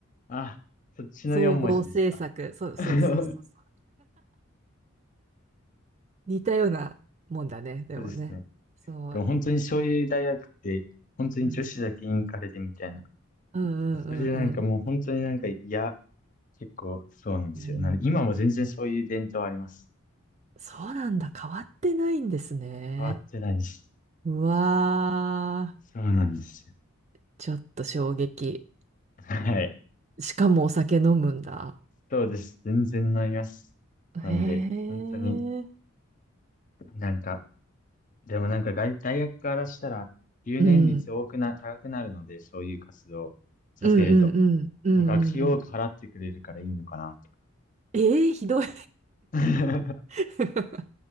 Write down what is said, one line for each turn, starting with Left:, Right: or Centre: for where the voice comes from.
Left: ー、あー、そっちの4文字ですか。
Right: 総合政策、そうそうそうそうそう。
Left: <laughs> そ
Right: 似たようなもんだね、でもね。
Left: うですね。
Right: そう、
Left: でも本当にそういう大学って、本当に女子だけインカレでみたいな。
Right: うんうんうんうんうん。
Left: それでなんかもう本当になんか嫌、結構そうなんですよ。
Right: うん
Left: なんで今も全然そういう伝統あります。
Right: そうなんだ。変わってないんですね。
Left: 変わってないし。
Right: うわ
Left: そうなんですよ。
Right: ー。ちょっと衝撃。
Left: はい。
Right: しかもお酒飲むんだ。
Left: そうです。全然なります。
Right: へえ。
Left: なんで、本当になんか、でもなんか外大学からしたら留年率多くな、
Right: うん。
Left: 高くなるので、そういう活動させると。
Right: うんうんうんうんうんうん。
Left: もう学費多く払ってくれるからいいのかな、とか。
Right: ええー、ひどい。
Left: <laughs>
Right: <laughs>